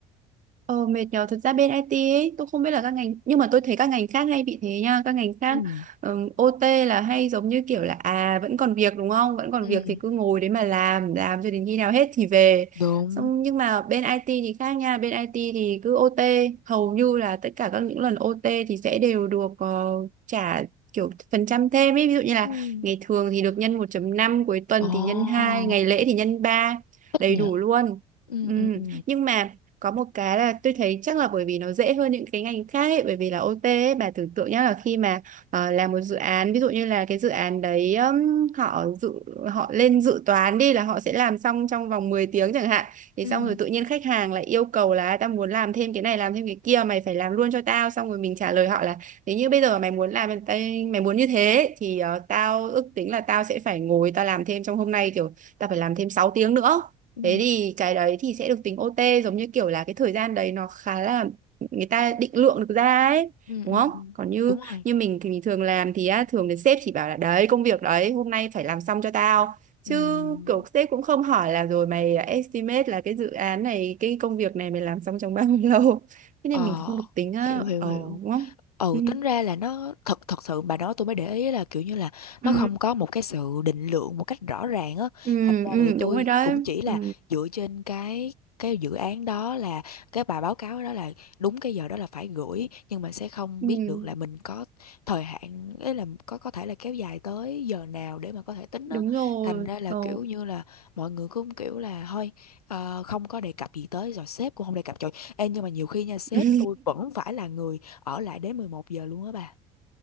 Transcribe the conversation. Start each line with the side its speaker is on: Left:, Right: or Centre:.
Right: Ờ, mệt nhờ thật ra bên IT ấy, tôi không biết là các ngành nhưng mà tôi thấy các ngành khác hay bị thế nha các ngành khác
Left: Ừ.
Right: ừm, OT là hay giống như kiểu là à vẫn còn việc đúng không vẫn còn
Left: ừ
Right: việc thì cứ ngồi đấy mà làm làm cho đến khi nào hết thì về
Left: đúng
Right: xong nhưng mà bên IT thì khác nha bên IT thì cứ OT hầu như là tất cả các những lần OT thì sẽ đều được ờ, trả kiểu phần trăm thêm ấy ví dụ như là
Left: Ừ.
Right: ngày thường thì được nhân một chấm năm, cuối tuần
Left: ồ
Right: thì nhân 2, ngày lễ thì nhân ba
Left: thích
Right: đầy
Left: nhờ
Right: đủ luôn
Left: ừ
Right: Ừ,
Left: ừ ừ
Right: Nhưng mà có một cái là tôi thấy chắc là bởi vì nó dễ hơn những cái ngành khác ấy, bởi vì là OT ấy, bà tưởng tượng nhá là khi mà ờ, làm một dự án ví dụ như là cái dự án đấy ừm, họ dự họ lên dự toán đi là họ sẽ làm xong trong vòng 10 tiếng chẳng hạn thì
Left: Ừ.
Right: xong rồi tự nhiên khách hàng lại yêu cầu là tao muốn làm thêm cái này làm thêm cái kia mày phải làm luôn cho tao xong rồi mình trả lời họ là nếu như bây giờ mày muốn làm tay- mày muốn như thế thì ờ, tao ước tính là tao sẽ phải ngồi tao làm thêm trong hôm nay kiểu tao phải làm thêm 6 tiếng nữa
Left: Ừ.
Right: thế thì cái đấy thì sẽ được tính OT giống như kiểu là cái thời gian đấy nó khá là người ta định lượng được ra ấy
Left: Ừ.
Right: đúng
Left: Ừ.
Right: không
Left: ừ.
Right: còn như
Left: đúng rồi
Right: như mình thì mình thường làm thì á, thường thì sếp chỉ bảo là đấy công việc đấy hôm nay phải làm xong cho tao chứ
Left: ừ
Right: kiểu sếp cũng không hỏi là rồi mày estimate là cái dự án này cái công việc này mày làm xong trong bao nhiêu lâu thế
Left: ờ
Right: nên mình không được tính á
Left: hiểu hiểu
Right: ờ
Left: hiểu
Right: đúng không
Left: ừ
Right: ừ.
Left: tính ra là nó thật thật sự bà nói tôi mới để ý là kiểu như là
Right: Ừ,
Left: nó không có một cái sự định lượng một cách rõ ràng á
Right: ừ,
Left: thành ra
Right: ừ,
Left: là tôi
Right: đúng rồi đấy.
Left: cũng chỉ là
Right: Ừ,
Left: dựa trên cái cái dự án đó là cái bài báo cáo đó là đúng cái giờ đó là phải gửi nhưng mà sẽ không
Right: ừ,
Left: biết được là mình có thời hạn ấy là có có thể là kéo dài tới giờ nào để mà có thể tính
Right: đúng
Left: á
Right: rồi.
Left: thành ra là
Right: Ờ,
Left: kiểu như là mọi người cũng kiểu là thôi ờ, không có đề cập gì tới rồi sếp cũng không đề cập trời Ê, nhưng mà nhiều khi nha sếp
Right: ừ.
Left: tôi vẫn phải là người ở lại đến 11 giờ luôn á bà